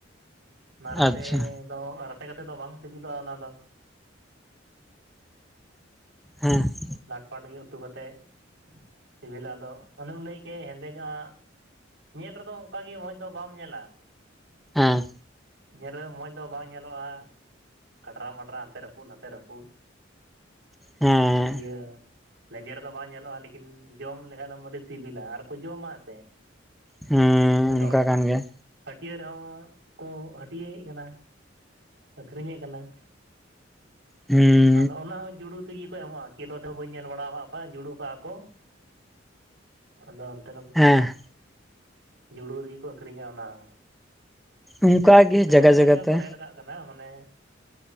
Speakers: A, on the right; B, in the centre.
A: ᱚᱱᱟ ᱨᱟᱥᱮ
B: ᱟᱪᱪᱷᱟ
A: ᱫᱚ, ᱨᱟᱥᱮ ᱠᱟᱛᱮ ᱫᱚ ᱵᱟᱝ ᱥᱤᱵᱤᱞᱚᱜᱼᱟ ᱚᱱᱟ ᱫᱚ ᱾
B: ᱦᱮᱸ ᱾
A: ᱞᱟᱴᱯᱟᱴ ᱜᱮ ᱩᱛᱩ ᱠᱟᱛᱮᱫ ᱥᱤᱵᱤᱞᱟ ᱟᱫᱚ ᱚᱱᱮᱢ ᱞᱟᱹᱭ ᱠᱮᱫ ᱦᱮᱸᱫᱮ ᱧᱚᱜᱼᱟ ᱧᱮᱞ ᱨᱮᱫᱚ ᱚᱱᱠᱟᱜᱮ ᱢᱚᱡᱽ ᱫᱚ ᱵᱟᱢ ᱧᱮᱞᱟ,
B: ᱦᱮᱸ ᱾
A: ᱧᱮᱞ ᱨᱮᱦᱚᱸ ᱢᱚᱡᱽ ᱫᱚ ᱵᱟᱝ ᱧᱮᱞᱚᱜᱼᱟ ᱠᱟᱰᱨᱟ ᱢᱟᱰᱨᱟ ᱦᱟᱱᱛᱮ ᱨᱟᱹᱯᱩᱫ ᱱᱟᱛᱮ ᱨᱟᱹᱯᱩᱫ,
B: ᱦᱮᱸ
A: ᱤᱭᱟᱹ ᱞᱮᱡᱮᱨ ᱫᱚ ᱵᱟᱝ ᱧᱮᱞᱚᱜᱼᱟ ᱞᱮᱠᱤᱱ ᱡᱚᱢ ᱞᱮᱠᱷᱟᱡ ᱫᱚᱢ ᱟᱹᱰᱤ ᱥᱤᱵᱤᱞᱟ ᱟᱨ ᱠᱚ ᱡᱚᱢᱟ ᱮᱛᱮᱫ ᱾
B: ᱦᱮᱸ
A: ᱡᱚᱛᱚ
B: ᱚᱱᱠᱟ
A: ᱦᱚᱲ ᱜᱮ
B: ᱠᱟᱱ ᱜᱮᱭᱟ
A: ᱦᱟᱹᱴᱭᱟᱹ ᱨᱮᱦᱚᱸ ᱠᱚ ᱦᱟᱹᱴᱤᱭᱟᱹᱮᱫ ᱠᱟᱱᱟ ᱟᱹᱠᱷᱨᱤᱧᱮᱫ ᱠᱟᱱᱟ ᱾
B: ᱦᱮᱸ᱾
A: ᱟᱫᱚ ᱚᱱᱟ ᱦᱚᱸ ᱡᱩᱲᱩ ᱛᱮᱜᱮ ᱠᱚ ᱮᱢᱚᱜᱼᱟ᱾ ᱠᱤᱞᱳ ᱛᱮᱦᱚᱸ ᱵᱟᱹᱧ ᱧᱮᱞ ᱵᱟᱲᱟ ᱟᱠᱟᱫ ᱠᱚᱣᱟ ᱡᱩᱲᱩ ᱠᱟᱜᱼᱟ ᱠᱚ᱾ ᱟᱫᱚ ᱚᱱᱛᱮᱱᱟᱜ
B: ᱦᱮᱸ᱾
A: ᱡᱩᱲᱩ ᱨᱮᱜᱮ ᱠᱚ ᱟᱹᱠᱷᱨᱤᱧᱟ ᱚᱱᱟ ᱦᱚᱸ ᱵᱤᱥ
B: ᱚᱱᱠᱟ
A: ᱴᱟᱠᱟ ᱛᱤᱨᱤᱥ
B: ᱜᱮ
A: ᱴᱟᱠᱟ
B: ᱡᱟᱭᱜᱟ
A: ᱡᱮ
B: ᱡᱟᱭᱜᱟ
A: ᱞᱮᱠᱟ
B: ᱛᱮ
A: ᱠᱚ ᱨᱮᱴ ᱠᱟᱜ ᱠᱟᱱᱟ, ᱢᱟᱱᱮ